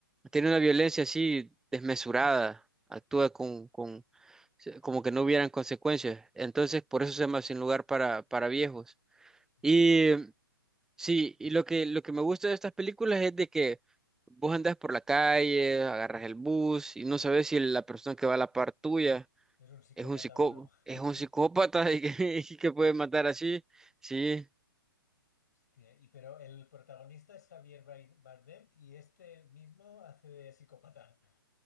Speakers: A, in the centre; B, on the left.
A: tiene una violencia así desmesurada, actúa con, con, como que no hubieran consecuencias. Entonces, por eso se llama Sin lugar para, para viejos.
B: ya.
A: Y sí, y lo que, lo que me gusta de estas películas es de que vos andás por la calle, agarras el bus y no sabes si la persona que va a la par tuya
B: ¿Es un psicópata
A: es un psicó,
B: o no?
A: es
B: <laughs>
A: un psicópata y que, <laughs> y que puede matar así. Sí,
B: Hostia, y pero el protagonista es Javier Bai- Bardem y este mismo hace de psicópata.